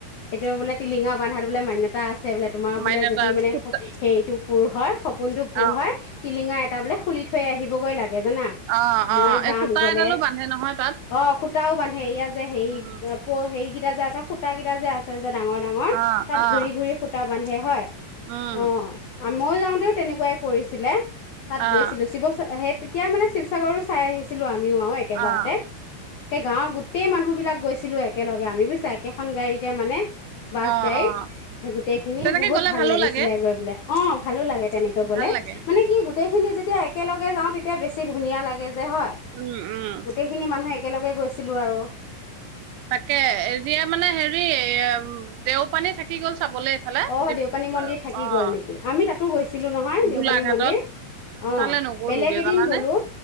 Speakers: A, on the left; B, on the right.
A: এতিয়াও বোলে টিলিঙা বান্ধাত বোলে মান্যতা আছে। <unintelligible> বোলে তোমাৰ বোলে
B: মাইনতা
A: যদি মানে
B: সূতা
A: স - হেৰিটো পূৰ হয় <unintelligible> পোনটো পূৰ
B: অ'
A: হয়। টিলিঙা এটা <unintelligible> বোলে খুলি থৈ আহিবগৈ লাগে। জানা
B: অ-অ
A: মই যাম
B: এই সূতা
A: গ'লে
B: এডালো বান্ধে নহয় তাত।
A: অ সূতাও বান্ধে এইয়া যে যে সেই
B: উম
A: প সেই কি কয়া যে আছে সূতা কেইটা যে আছে যে। ডাঙৰ ডাঙৰ,
B: অ'
A: তাত
B: অ'
A: ঘূৰি ঘূৰি সুতা বন্ধে হয়?
B: উম
A: অ মই যাওঁতেও তেনেকুৱাই কৰিছিলে। তাত
B: অ'
A: গৈছিলো। শিৱ হৈত তেতিয়া মানে শিৱসাগৰো চাই আহিছিলো আমি আমিও আৰু একেবাৰতে
B: অ'
A: তাকে গাঁৱৰ গোটেই মানুহবিলাক গৈছিলোঁ একেলগে আমি বুজছা একেখন গাড়ীতে মানে। বাছ
B: অ'
A: গাড়ীত,
B: অ'
A: সেই গোটেই খিনি
B: তেনেকে
A: বহুত
B: গ'লে
A: ভাল
B: ভালো
A: লাগিছিলে
B: লাগে,
A: গৈ পেলায়। অ' ভালো লাগে তেনেকৈ গ'লে
B: ভাল লাগে।
A: মানে কি গোটেইখিনি যেতিয়া একেলগে যাওঁ তেতিয়া বেছি ধুনীয়া লাগে। হয়
B: উম, উম।
A: গোটেইখিনি মানুহে, একেলগে গৈছিলো আৰু
B: তাকে এতিয়া মানে হেৰি এ দেওপানী থাকি গ'ল চাবলে এইফালে।
A: অ
B: ডিব্ৰুগড়
A: দেওপানী মন্দিৰ থাকি
B: অ'
A: গ'ল নেকি আমি তাতো গৈছিলো নহয় দেওপানী
B: গোলাঘাটত
A: মন্দিৰ অ
B: তালে নগ'লোগে
A: বেলেগ এদিন
B: জানানে।
A: গ'লো